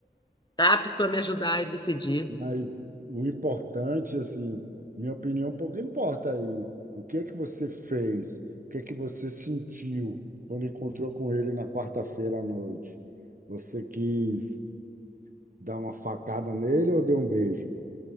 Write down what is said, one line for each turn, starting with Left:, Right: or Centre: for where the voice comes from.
Left: apto a me ajudar e decidir.
Right: mas o importante, assim, minha opinião um pouco importa aí. O que é que você fez? O que é que você sentiu quando encontrou com ele na quarta-feira à noite? Você quis Dar uma facada nele ou dei um beijo?